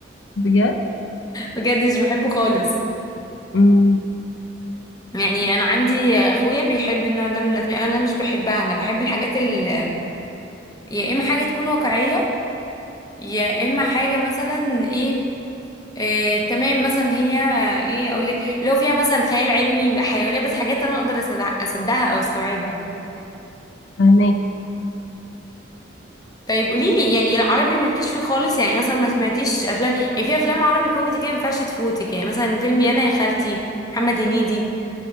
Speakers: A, on the left; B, on the left.
A: بجد
B: بجد مش بحبه خالص
A: امم
B: يعني انا عندي اخويا بيحب النوع ده من الافلام انا مش بحبها انا بحب الحاجات ال... يا اما حاجة تكون واقعية يا اما حاجة مثلا ايه آه، تمام مثلا هي ايه اقول لك اللي هو فيها مثلا خيال علمي حيوانات بس حاجات انا اقدر أصدع- اصدقها او استوعبها
A: فهناك
B: طيب قولي لي يعني العربي مالكيش فيه خالص يعني مثلا ما سمعتيش افلام يعني في افلام عربي كوميدي كده ما ينفعش تفوتك يعني مثلا فيلم يانا يا خالتي محمد هنيدي